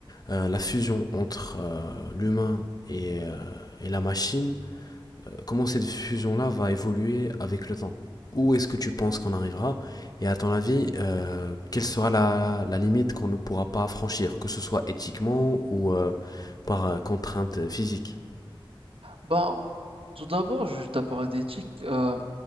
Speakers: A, on the left (about 45°); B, on the right (about 80°).
A: euh, la fusion entre euh, l'humain et euh, et la machine, euh, comment cette fusion-là va évoluer avec le temps. Où est-ce que tu penses qu'on arrivera? Et à ton avis, euh, quelle sera la la limite qu'on ne pourra pas franchir, que ce soit éthiquement ou euh, par euh, contrainte physique?
B: Bah, tout d'abord, je t'ai parlé d'éthique. Euh,